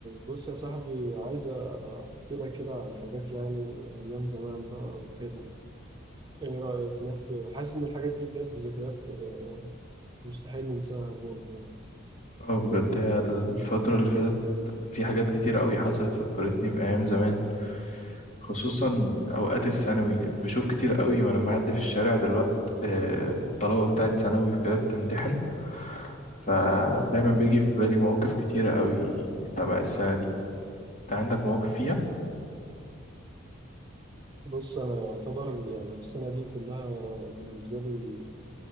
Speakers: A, on the right (about 20°); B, on the left (about 35°).
A: بص يا صاحبي عايز احكي لك كده عن حاجات يعني ايام زمان بقى وكده ايه رايك نحكي حاسس ان الحاجات دي بجد ذكريات آه، مستحيل ننساها بجد يعني
B: اه بجد هي الفترة اللي فاتت في حاجات كتير قوي حصلت فكرتني بأيام زمان خصوصا أوقات الثانوي بشوف كتير قوي وأنا معدي في الشارع دلوقت آه، الطلبة بتاعت ثانوي وكده بتمتحن فدايما بيجي في بالي مواقف كتيرة قوي تبع السنة دي أنت عندك مواقف فيها؟
A: بص انا يعتبر يعني السنه دي كلها بالنسبه لي